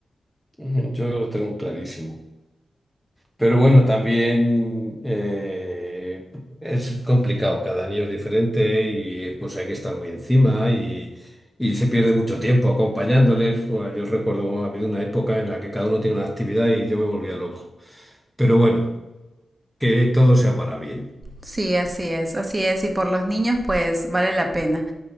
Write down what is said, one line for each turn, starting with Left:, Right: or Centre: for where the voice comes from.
Centre: ujú. Yo lo tengo clarísimo. Pero bueno, también eh, es complicado, cada niño es diferente y pues hay que estar muy encima y, y se pierde mucho tiempo acompañándole. Fue- Yo recuerdo, ha habido una época en la que cada uno tiene una actividad y yo me volvía loco. Pero bueno, que todo sea para bien.
Right: Sí, así es, así es. Y por los niños, pues vale la pena.